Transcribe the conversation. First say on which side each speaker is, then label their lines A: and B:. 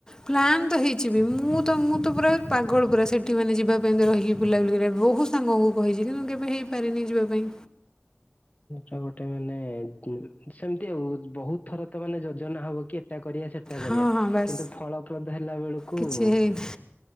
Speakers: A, on the left (about 15°); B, on the left (about 35°).
A: ପ୍ଲାନ୍ ତ ହେଇଛିିବି ମୁଁ ତ ମୁଁ ତ ପୁରା ପାଗଳ ପୁରା ସେଠି ମାନେ ଯିବା ପାଇଁ ତ ରହିକି ବୁଲା ବୁଲି କରିବା ବହୁତ ସାଙ୍ଗଙ୍କୁ କହିଛି କିନ୍ତୁ କେବେ ହେଇପାରିନି ଯିବା ପାଇଁ।
B: ଟା ଗୋଟେ ମାନେ ସେମିତି ଆଉ ବହୁତ ଥର ତ ମାନେ ଯୋଜନା ହବ କି ଏଟା କରିବା ସେଟା କରିବା
A: ହଁ ହଁ ବାସ୍
B: କିନ୍ତୁ ଫଳପ୍ରଦ ହେଲା ବେଳକୁ
A: କିଛି
B: କୁ
A: ହେଇନି